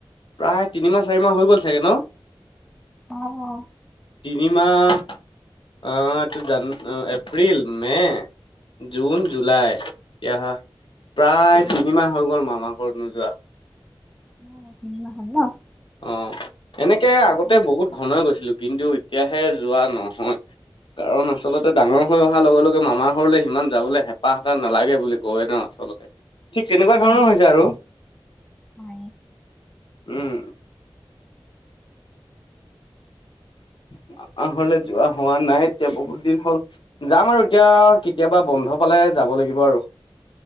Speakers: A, on the left; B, in the centre.
A: প্ৰায় তিনিমাহ চাৰি মাহ হৈ গ'ল চাগে ন?
B: অ', অ'।
A: তিনিমাহ অ' এইটো জান এপ্ৰিল, মে' জুন, জুলাই এতিয়া প্ৰায় তিনি মাহ হৈ গ'ল মামা ঘৰত নোযোৱা।
B: অ' তিনিমাহ হ'ল ন?
A: অ' এনেকে
B: অ',
A: আগতে
B: অ',
A: বহুত ঘনাই গৈছিলো, কিন্তু এতিয়াহে যোৱা নহয়। কাৰণ আচলতে ডাঙৰ হৈ অহাৰ লগে লগে মামাৰ ঘৰলে সিমান যাবলৈ হেঁপাহ নালাগে বুলি কয় ন আচলতে, ঠিক তেনেকুৱা
B: অ',
A: ধৰণৰ হৈছে আৰু।
B: হয়।
A: উম। মামা ঘৰলে যোৱা হোৱা নাই এতিয়া বহুত দিন হ'ল। যাম আৰু এতিয়া কেতিয়াবা বন্ধ পালে যাব লাগিব আৰু।